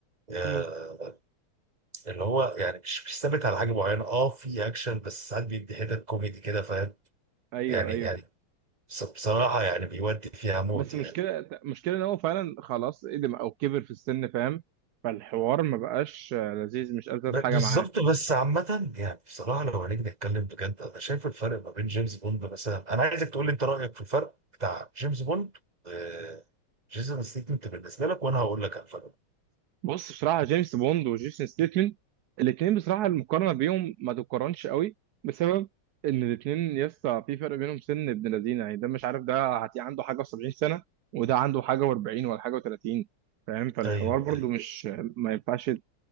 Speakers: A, on the right; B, on the right.
A: أه
B: امم
A: اللي هو يعني مش مش ثابت على حاجة معينة أه في أكشن بس ساعات بيدي حتت كوميدي كده فاهم
B: ايوه
A: يعني
B: ايوه
A: يعني بص- بصراحة يعني بيودي فيها موت
B: بس
A: يعني
B: مشكله مشكله ان هو فعلا خلاص قدم او كبر في السن فاهم فالحوار ما بقاش لذيذ مش ألذ
A: ب-
B: حاجه
A: بالظبط
B: معاه
A: بس عامة يعني بصراحة لو هنيجي نتكلم بجد أنا شايف الفرق ما بين جيمس بوند مثلا أنا عايزك تقول لي أنت رأيك في الفرق بتاع جيمس بوند آه، جيسون ستيتم بالنسبة لك وأنا هقول لك على الفرق
B: بص بصراحة جيمس بوند وجيسون ستيتمن الاتنين بصراحة المقارنة بيهم ما تتقارنش قوي بسبب إن الاتنين لسه في فرق بينهم سن ابن لذينة يعني ده مش عارف ده هتلاقي عنده حاجة و70 سنة وده عنده حاجة و40 ولا حاجة و30 فاهم فالحوار
A: أيوه
B: برضو
A: أيوه
B: مش ما ينفعش ت-